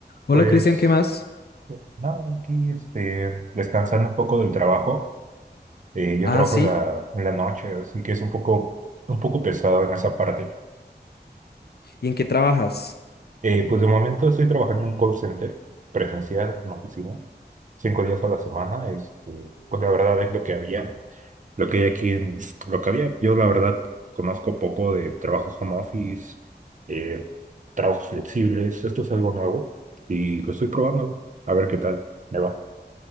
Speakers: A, on the left; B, on the right.
A: Hola
B: Pues
A: Cristian, ¿qué más?
B: nada, aquí este, descansando un poco del trabajo. Eh, yo
A: Ah,
B: trabajo
A: sí.
B: en la, en la noche, así que es un poco, un poco pesado en esa parte.
A: ¿Y en qué trabajas?
B: Eh, pues de momento estoy trabajando en un call center presencial, en oficina, cinco días a la semana. Este, pues la verdad es lo que había, lo que hay aquí en lo que había. Yo la verdad conozco poco de trabajo home office, eh, trabajos flexibles. Esto es algo nuevo y lo estoy probando a ver qué tal me va.